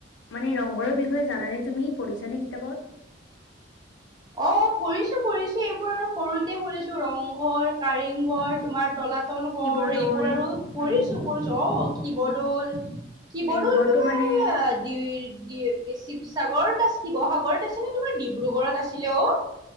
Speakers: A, on the left; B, on the right.
A: মানে ৰংঘৰৰ বিষয়ে জানানে তুমি? পঢ়িছা নে কিতাপত?
B: অ ফুৰিছো ফুৰিছো এইবোৰ আৰু সৰুতে ফুৰিছো ৰংঘৰ, কাৰেংঘৰ তোমাৰ
A: হয়
B: তলাতল ঘৰ
A: শিৱদৌল
B: এইবোৰ আৰু ফুৰিছো
A: উম
B: ফুৰিছো। অ, শিৱদৌল শিৱদৌল
A: ৰংঘৰটো
B: তোমাৰ
A: মানে
B: এ দি কি এই চিৱসাগৰত আ শিৱসাগৰত আছে নে তোমাৰ ডিব্ৰুগড়ত আছিলে অ?